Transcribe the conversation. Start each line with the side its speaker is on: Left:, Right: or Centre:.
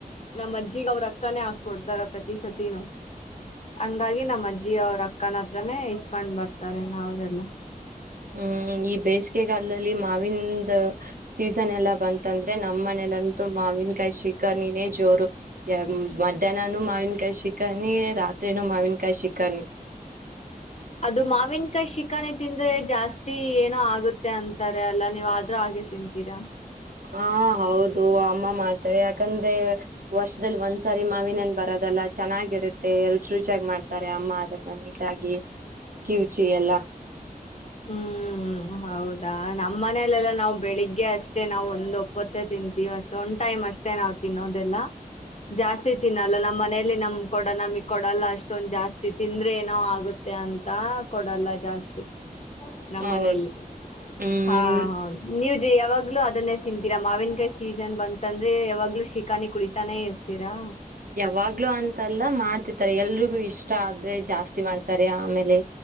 Left: ನಮ್ಮ್ ಅಜ್ಜಿಗ್ ಅವ್ರ ಅಕ್ಕಾನೇ ಹಾಕೊಡ್ತಾರ ಈ ಸತಿನು ಹಂಗಾಗಿ ನಮ್ಮ್ ಅಜ್ಜಿ ಅವ್ರ ಅಕ್ಕನ ಹತ್ರಾನೇ ಇಸ್ಕೊಂಡ್ ಬರ್ತಾರೆ ನಾ ಅವರೆಲ್ಲಾ
Right: ಹ್ಮ್ ಈ ಬೇಸಿಗೆಗಾಲದಲ್ಲಿ ಮಾವಿನ್ದ್ ಸೀಸನ್ ಎಲ್ಲಾ ಬಂತಂದ್ರೆ ನಮ್ಮ್ ಮನೇಲಂತೂ ಮಾವಿನಕಾಯಿ ಶಿಕರ್ಣಿ ನೇ ಜೋರು ಯ ಮಧ್ಯಾನನು ಮಾವಿನ್ಕಾಯ್ ಶಿಕ <unintelligible> ರಾತ್ರಿನೂ ಮಾವಿನಕಾಯಿ ಶಿಕರ್ಣಿ
Left: ಅದು ಮಾವಿನಕಾಯಿ ಶಿಕಾನೆ ತಿಂದ್ರೆ ಜಾಸ್ತಿ ನ ಆಗುತ್ತೆ ಅಂತರ್ ದೆ ಅಲ್ಲ ನೀವ್ ಆದ್ರೂ ಹಾಗೆ ತಿಂತೀರಾ
Right: ಹಾ ಹೌದು ಅಮ್ಮ ಮಾಡ್ತಾರೆ ಯಾಕಂದ್ರೆ ವರ್ಷದಲ್ಲಿ ಒಂದ್ಸಾರಿ ಮಾವಿನಹಣ್ ಬರೋದಲ್ಲ ಚೆನ್ನಾಗಿರುತ್ತೆ ರುಚಿ ರುಚ್ಯಾಗ್ ಮಾಡ್ತಾರೆ ಅಮ್ಮ ಅದನ್ನ ನೀಟಾಗಿ ಕಿವುಚಿ ಎಲ್ಲಾ
Left: ಹ್ಮ್ ಹೌದಾ ನಮ್ ಮನಲೆಲ್ಲಾ ನಾವ್ ಬೆಳಿಗ್ಗೆ ಅಷ್ಟೇ ನಾವ್ ಒಂದ್ ಒಪ್ಪತ್ತೇ ತಿಂತೀವಿ ಅಷ್ಟ ಒಂದ್ ಟೈಮ್ ಅಷ್ಟೇ ನಾವ್ ತಿನ್ನೋದೆಲ್ಲ. ಜಾಸ್ತಿ ತಿನ್ನಲ್ಲ ನಮ್ಮ್ ಮನೇಲಿ ನಮ್ ಕೊಡ ನಮಗ್ ಕೊಡಲ್ಲ ಅಷ್ಟೊಂದ್ ಜಾಸ್ತಿ ತಿಂದ್ರೆ ಏನೋ ಆಗುತ್ತೆ ಅಂತ ಕೊಡಲ್ಲ ಜಾಸ್ತಿ. ನಮ್ಮ
Right: ಹೌದು
Left: ಮನೆಲ್ಲಿ
Right: ಹ್ಮ್
Left: ಹಾ ಹೌದ್ ನೀವ್ ನೆ ಯಾವಾಗ್ಲೂ ಅದನ್ನೇ ತಿಂತೀರಾ ಮಾವಿನಕಾಯಿ ಸೀಸನ್ ಬಂತಂದ್ರೆ ಯಾವಾಗ್ಲೂ ಶಿಕಾನಿ ಕುಡಿತಾನೆ ಇರ್ತೀರಾ
Right: ಯಾವಾಗ್ಲೂ ಅಂತಲ್ಲ ಮಾಡ್ತಿರ್ತಾರೆ ಎಲ್ರಿಗೂ ಇಷ್ಟ ಆದ್ರೆ ಜಾಸ್ತಿ ಮಾಡ್ತಾರೆ. ಆಮೇಲೆ